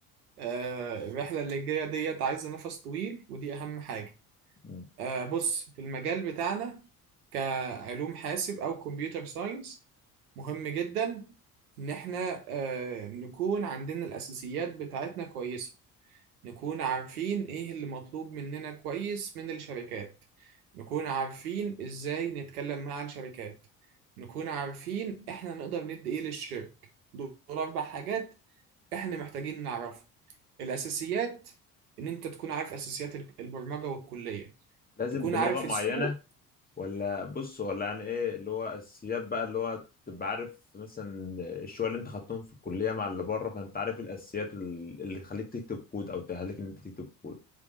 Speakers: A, on the right (about 80°); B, on the left (about 20°).
A: آه الرحلة اللي جاية ديت عايزة نفس طويل ودي أهم حاجة
B: م.
A: آه بص المجال بتاعنا كعلوم حاسب أو كمبيوتر ساينس مهم جدا إن إحنا آه نكون عندنا الأساسيات بتاعتنا كويسة نكون عارفين ايه اللي مطلوب مننا كويس من الشركات نكون عارفين ازاي نتكلم مع الشركات نكون عارفين احنا نقدر ندي ايه للشركة دول اربع حاجات احنا محتاجين نعرفها الاساسيات ان انت تكون عارف اساسيات ال- البرمجة والكلية
B: لازم
A: تكون
B: بلغه
A: عارف
B: معينه
A: السوق
B: ولا بص ولا يعني ايه اللي هو اساسيات بقى اللي هو تبقى عارف مثلا الشويه اللي انت خدتهم في الكليه مع اللي بره فانت عارف إيه الاساسيات ال- اللي تخليك تكتب كود او تأهلك ان انت تكتب كود